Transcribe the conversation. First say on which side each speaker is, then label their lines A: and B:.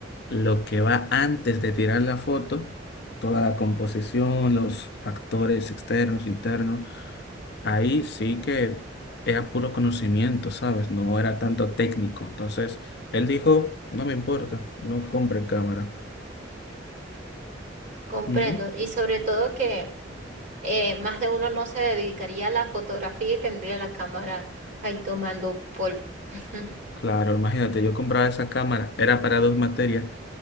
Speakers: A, on the left; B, on the right.
A: lo que va antes de tirar la foto, toda la composición, los factores externos, internos, ahí sí que era puro conocimiento, ¿sabes? No era tanto técnico. Entonces, él dijo, no me importa, no compre cámara.
B: comprendo.
A: Ujú.
B: Y sobre todo que eh, más de uno no se dedicaría a la fotografía y tendría la cámara ahí tomando polvo. <laughs>
A: Claro, imagínate, yo compraba esa cámara, era para dos materias,